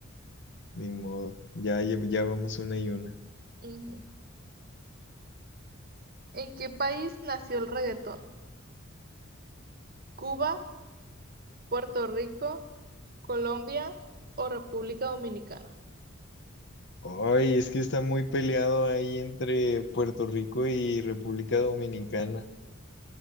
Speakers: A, on the left; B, on the right.
A: Ni modo, ya, lle- ya vamos una y una.
B: Ujú. ¿En qué país nació el reggaetón? ¿Cuba, Puerto Rico, Colombia o República Dominicana?
A: Ay, es que está muy peleado ahí entre Puerto Rico y República Dominicana.